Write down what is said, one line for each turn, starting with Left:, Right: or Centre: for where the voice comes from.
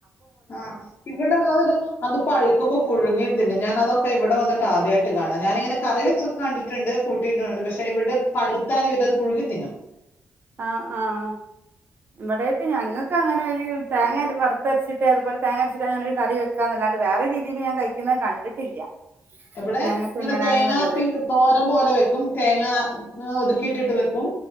Left: ആഹ ഇവിടല്ലോരും. അത് പഴക്കുമ്പോ പുഴുങ്ങിയും തിന്നും ഞാൻ അതൊക്കെ ഇവിടെ വന്നട്ട് ആദ്യമായിട്ട് കാണാം. ഞാനിങ്ങനെ കറി വെച്- കണ്ടിട്ടുണ്ട് കൂട്ടിയിട്ടുണ്ട് പക്ഷെ, ഇവിടെ പഴുത്താ ഇവരത് പുഴുങ്ങട്ടു ത്തിന്നും.
Right: ആഹ, ആഹ, ഇവിടേക്ക് ഞങ്ങൾക്ക് അങ്ങനെ ഒരു തേങ്ങ വറുത്തരച്ചിട്ടേ, അതുപോല തേങ്ങരച്ചിട്ട് അങ്ങനെ ഒരു കറിവെക്കും. കക്കാന്നല്ലാണ്ട് വേറെ രീതിയി- ഞാൻ കഴിക്കുന്നത് കണ്ടിട്ടില്ല.
Left: എവിടെ
Right: ഞങ്ങൾക്ക്
Left: ഇങ്ങനെ
Right: എങ്ങനെയാണെന്നുള്ളത്
Left: തേങ്ങാപ്പീ- തോരം പോലെ വെക്കും തേങ്ങ- ഒതുക്കിയിട്ടിട്ട് വെക്കും,